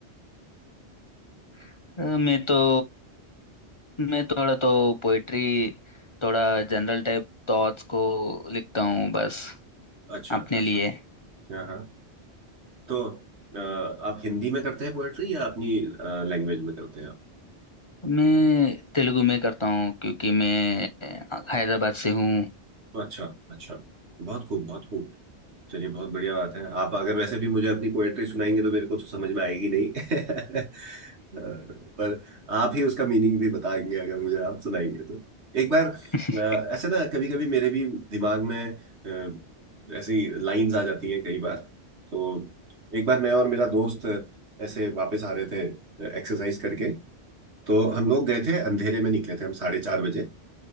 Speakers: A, on the left; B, on the right.
A: <laughs> मैं तो मैं थोड़ा तो पोइट्री थोड़ा जनरल टाइप थॉट्स को लिखता हूँ बस
B: अच्छा
A: अपने
B: अच्छा
A: लिए
B: हाँ हाँ तो अ, आप हिंदी में करते हैं पोएट्री या अपनी लैंग्वेज में करते हैं आप
A: मैं तेलुगु में करता हूँ क्योंकि मैं हैदराबाद से हूँ
B: तो अच्छा अच्छा बहुत खूब बहुत खूब चलिए बहुत बढ़िया बात है आप अगर वैसे भी मुझे अपनी पोएट्री सुनाएंगे तो मेरे को तो समझ में आएगी नहीं <laughs> अ, पर आप ही उसका मीनिंग भी बताएंगे अगर मुझे आप सुनाएंगे तो एक बार
A: <laughs>
B: अ, ऐसे ना कभी कभी मेरे भी दिमाग में अ, ऐसी लाइंस आ जाती हैं कई बार तो एक बार मैं और मेरा दोस्त ऐसे वापस आ रहे थे एक्सरसाइज करके तो हम लोग गए थे अंधेरे में निकले थे हम साढ़े चार बजे